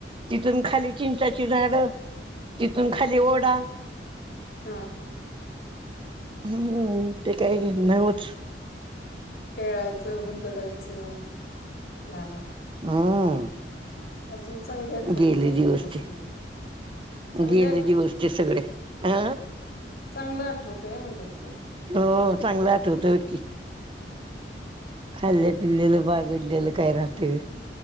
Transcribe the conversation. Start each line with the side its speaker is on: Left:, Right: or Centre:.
Right: तिथून खाली चिंचाची झाड तिथून खाली ओढा
Left: हा
Right: हम्म ते काय नावच
Left: खेळायचं हुंदडायचं लहान अस
Right: हम्म.
Left: अजून चांगली. आठवण
Right: गेले
Left: येते आई
Right: दिवस
Left: तुला
Right: ते
Left: सगळी. चांगली
Right: गेले
Left: आठवतंय
Right: दिवस ते सगळे हा.
Left: चांगला आठवतय म्हणल तुला अस
Right: हो चांगला आठवतो वो की खाल्ल्या पिल्लेल बागडलेल काय राहतये व्हय?